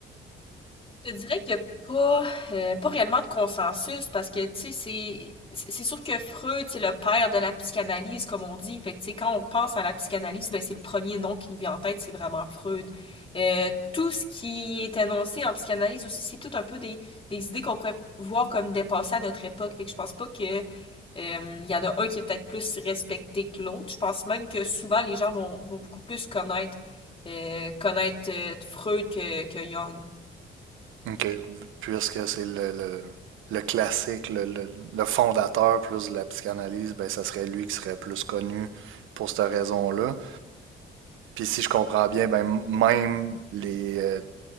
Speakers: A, on the left; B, on the right.
A: Je te dirais qu'il n'y a pas, euh, pas réellement de consensus parce que, tu sais, c'est, c'est sûr que Freud, c'est le père de la psychanalyse, comme on dit. Fait que, tu sais, quand on pense à la psychanalyse, ben, c'est le premier nom qui nous vient en tête, c'est vraiment Freud. Euh, tout ce qui est annoncé en psychanalyse aussi, c'est tout un peu des, des idées qu'on pourrait voir comme dépassées à notre époque. Fait que je pense pas que, euh, il y en a un qui est peut-être plus respecté que l'autre. Je pense même que souvent les gens vont, vont beaucoup plus connaître euh, connaître euh, Freud que, que Jung.
B: OK. Puisque c'est le, le, le classique, le, le- le fondateur plus de la psychanalyse, ben ça serait lui qui serait plus connu pour cette raison-là. Puis si je comprends bien, ben même les, euh,